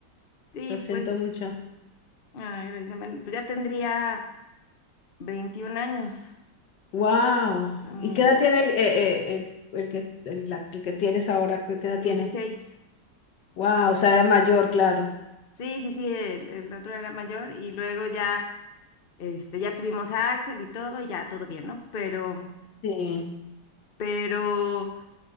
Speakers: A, on the left; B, on the left.
A: sí,
B: lo siento
A: pues,
B: mucho.
A: ay, precisamente, pues ya tendría... 21 años,
B: Wow.
A: mi
B: ¿Y qué edad tiene el, eh, eh, el- el que, el, la- el que tienes ahora? ¿Qué qué edad tiene?
A: dieciséis,
B: Wow, o sea, era mayor, claro.
A: Sí, sí, sí, el, el otro era mayor y luego ya, este, ya tuvimos a Axel y todo, y ya todo bien, ¿no? Pero,
B: Sí,
A: pero,